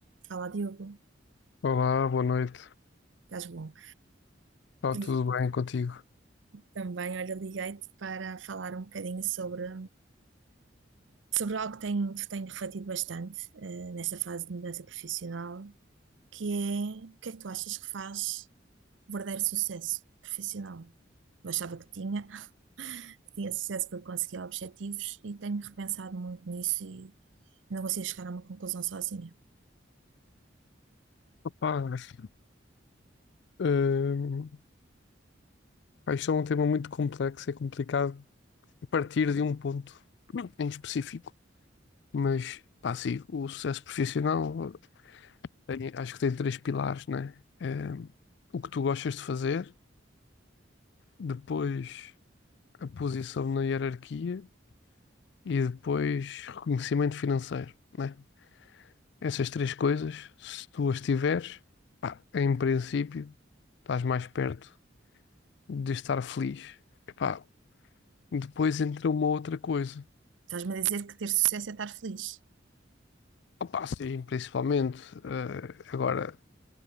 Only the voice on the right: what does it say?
Fala, Diogo.
Estás bom?
E
também, olha, liguei-te para falar um bocadinho sobre, sobre algo que tenho, que tenho refletido bastante eh, nesta fase de mudança profissional, que é o que é que tu achas que faz verdadeiro sucesso profissional? Eu achava que tinha, que tinha sucesso porque conseguia objetivos e tenho repensado muito nisso e não consigo chegar a uma conclusão sozinha.
Estás-me a dizer que ter sucesso é estar feliz,